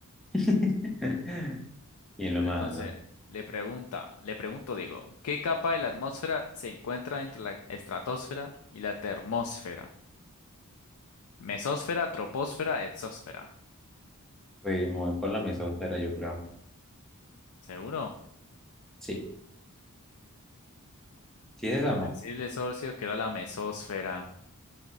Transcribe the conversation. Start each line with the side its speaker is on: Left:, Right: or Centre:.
Centre: <laughs> Y lo
Left: Bueno,
Centre: más,
Left: Ya. entonces le pregunta, le pregunto, digo, ¿qué capa de la atmósfera se encuentra entre la estratosfera y la termósfera? Mesósfera, troposfera, exósfera.
Centre: pues me voy por la mesosfera, yo creo.
Left: ¿Seguro?
Centre: Sí, sí es esa
Left: Te
Centre: o no.
Left: me decirle, socio, que era la mesósfera.